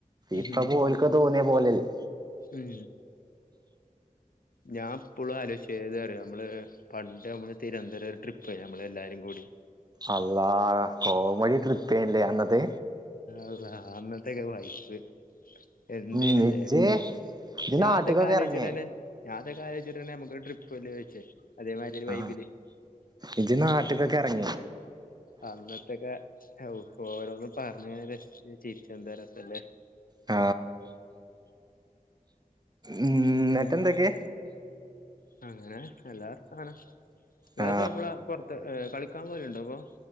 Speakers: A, on the left (about 80°); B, on the right (about 30°).
A: ഉം
B: ഇപ്പൊ പോലക്ക തോന്നിയ പോലല്ലേ
A: ഉം ഞാൻ ഇപ്പോഴും ആലോചിച്ചത് ഏത് അറിയോ നമ്മൾ പണ്ട് നമ്മൾ തിരുവനന്തരം ഒരു ട്രിപ്പ് പോയി നമ്മൾ എല്ലാരും കൂടി
B: അള്ളാ കോമടി ട്രിപ്പ്യല്ലേ അന്നത്
A: അല്ല അന്നത്തെക്ക വൈബ് എന്തേനുല്ലേ
B: ഉം ഇജ്ജ് ഇജ്ജ്
A: ഞാൻ
B: നാട്ട്ക്കൊക്കെ
A: അതൊക്കെ ആലോചിച്ചിട്ടന്നെ
B: എറങ്ങേ
A: ഞാൻ അതൊക്കെ ആലോചിച്ചിട്ടണ്ടെ നമ്മുക്ക് ട്രിപ്പ്ല്ലേ വച്ചേ അതേമാതിരിരു വൈബില്
B: ആ ഇജ്ജ് നാട്ട്ക്കൊക്കെ എറങ്ങേ
A: അന്നത്തക്കെ ഓരോന്ന് പറഞ്ഞ് ഇങ്ങനെ ചിരിച്ച എന്താ രസല്ലേ
B: ആ ഉ എന്നിട്ട് എന്തൊക്കെ
A: അങ്ങനെ എല്ലാർക്കും സാനം ഇങ്ങളിപ്പ
B: ആ
A: എപ്പളാ പുറത്ത് കളിക്കാൻ പോലുണ്ടോ അപ്പൊ